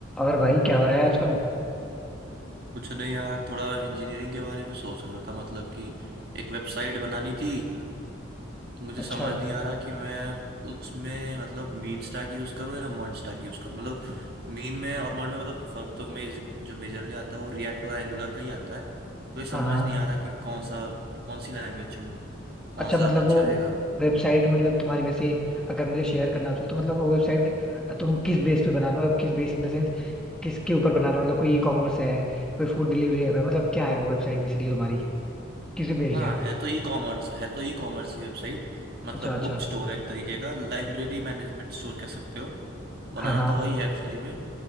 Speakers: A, in the centre; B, on the right.
A: और भाई क्या हो रहा है आजकल
B: कुछ नहीं यार थोड़ा इंजीनियरिंग के बारे में सोच रहा था मतलब कि एक वेबसाइट बनानी थी तो मुझे समझ
A: अच्छा
B: नहीं आ रहा कि मैं उसमें मतलब मीन स्टैक यूज करूँ या मर्ज स्टैक यूज करूँ मतलब मीन में और मर्ज में मतलब फर्क तो मेज जो मेजरली आता है वो रिएक्ट और एंगुलर का ही आता है तो ये समझ
A: हाँ हाँ
B: नहीं आ रहा कि कौन सा कौन सी लैंग्वेज चुनूँ कौन
A: अच्छा
B: सा
A: मतलब
B: ज्यादा अच्छा
A: वो
B: रहेगा
A: वेबसाइट मतलब तुम्हारी वैसे अगर मुझे शेयर करना हो तो तो मतलब वो वेबसाइट तुम किस बेस पे बना रहे हो मतलब किस बेस इन द सेंस किसके ऊपर बना रहे हो मतलब कोई ई कॉमर्स है कोई फूड डिलीवरी ऐप है मतलब क्या है वो वेबसाइट बेसिकली तुम्हारी किस पे बेस्ड
B: हाँ
A: है
B: है तो ई कॉमर्स है तो ई कॉमर्स ही वेबसाइट मतलब
A: अच्छा अच्छा
B: बुक स्टोर है एक तरीके का लाइब्रेरी मैनेजमेंट स्टोर कह सकते हो बनाना
A: हाँ हाँ
B: तो वही है एक्चुअली में